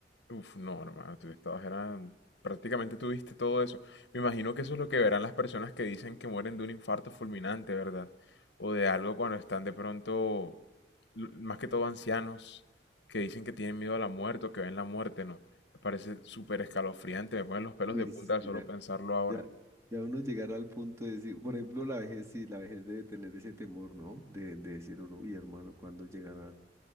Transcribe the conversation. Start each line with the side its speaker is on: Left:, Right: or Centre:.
Left: Uf, no, hermano, tú estabas, era, prácticamente tuviste todo eso. Me imagino que eso es lo que verán las personas que dicen que mueren de un infarto fulminante, ¿verdad? O de algo cuando están de pronto, l- más que todo ancianos, que dicen que tienen miedo a la muerte o que ven la muerte, ¿no? Me parece súper escalofriante, me ponen los pelos
Right: Uy,
Left: de punta
Right: sí,
Left: de solo pensarlo ahora.
Right: Ya, ya uno llegar al punto de decir, por ejemplo, la vejez, sí, la vejez debe tener ese temor, ¿no? De, de decir uno, uy, hermano, ¿cuándo llegará